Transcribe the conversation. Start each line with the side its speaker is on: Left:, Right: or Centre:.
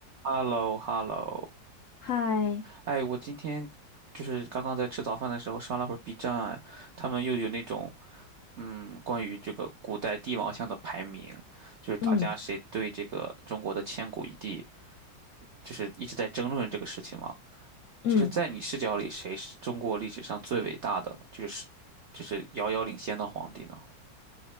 Right: h e l l o h e l l o
Left: 嗨，
Right: 哎，我今天就是刚刚在吃早饭的时候刷了会儿 B 站啊，哎他们又有那种嗯关于这个古代帝王像的排名，就是大家谁对这个中国的千古一帝，
Left: 嗯
Right: 就是一直在争论这个事情嘛。
Left: 嗯，
Right: 就是在你视角里，谁是中国历史上最伟大的，就是就是遥遥领先的皇帝呢？